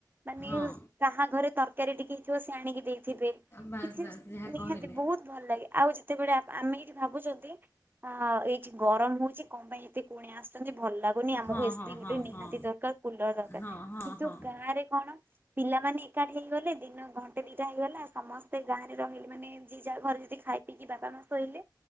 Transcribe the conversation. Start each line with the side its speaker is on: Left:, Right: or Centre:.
Right: ମାନେ
Left: ହଁ
Right: କାହା ଘରେ ତରକାରୀ ଟିକେ ହେଇଥିବ ସେ ଆଣିକି ଦେଇଥିବେ
Left: ବାସ୍
Right: କିଛି
Left: ବାସ୍ ଯାହା
Right: ନିହାତି
Left: କହିଲେ
Right: ବୋହୁତ ଭଲ ଲାଗେ ଆଉ ଯେତେବେଳେ ଆମେ ଏଠି ଭାବୁଚ ନ୍ତି ଅ ଏଇ ଗରମ ହୋଉଚି କଣ ପାଇଁ ଏତେ କୁଣିଆ ଆସ <unintelligible> ଭଲ ଲାଗୁନି ଆମକୁ
Left: ହଁ
Right: ଏ
Left: ହଁ
Right: ସି ଗୋଟେ
Left: ହଁ
Right: ନିହାତି
Left: ହଁ
Right: ଦରକାର କୁଲର ଦରକାର
Left: ହଁ ହଁ
Right: କିନ୍ତୁ
Left: ହଁ।
Right: ଗାଁ ରେ କଣ। ପିଲାମାନେ ଏକାଠି ହେଇଗଲେ ଦିନ ଘଣ୍ଟେ ଦିଟା ହେଇଗଲା ସମସ୍ତେ ଗାଁରେ ରହିଲେ ମାନେ ଜି ଯାହା ଘରେ ଯଦି ଖାଇ ପିକି ବାପା ମା ଶୋଇଲେ